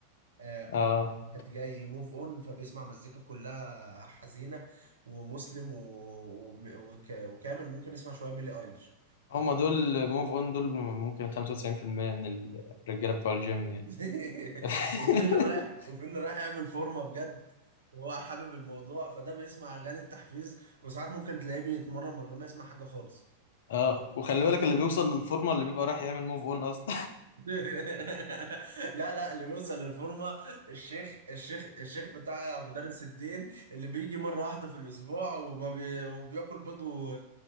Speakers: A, on the right; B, on the left.
A: آه،
B: آه
A: هو واحد جاي موف اون فبيسمع مزيكا كلها حزينه ومسلم و... وم- وك... وكامل ممكن يسمع شويه بيلي ايليش
B: هما دول موف أون دول ممكن 95% من الرجالة بتوع الجيم يعني
A: <laughs>
B: <laughs>
A: وفي اللي رايح وفي اللي رايح يعمل فورمه بجد وهو حابب الموضوع فده بيسمع اغاني التحفيز وساعات ممكن تلاقيه بيتمرن من غير ما يسمع حاجه خالص
B: آه وخلي بالك اللي بيوصل للفورمة اللي بيبقى رايح يعمل موف أون أصلا
A: <laughs> لا لا اللي بيوصل للفورمه الشيخ الشيخ الشيخ بتاع مدرس الدين اللي بيجي مره واحده في الاسبوع وما بي وبياكل بيض و...